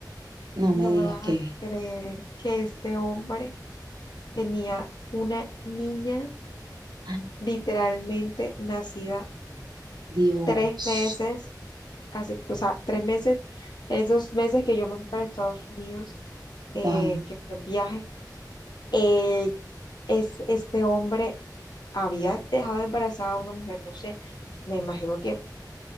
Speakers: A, on the right; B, on the left.
A: no
B: no
A: me digas
B: me vas
A: que,
B: a creer que este hombre tenía una niña
A: ay,
B: literalmente nacida
A: Dios.
B: tres meses, hace, o sea, tres meses, en esos meses que yo me fui para Estados Unidos eh,
A: Wow.
B: que fue el viaje, eh, es, este hombre había dejado embarazada a una mujer, no sé, me imagino que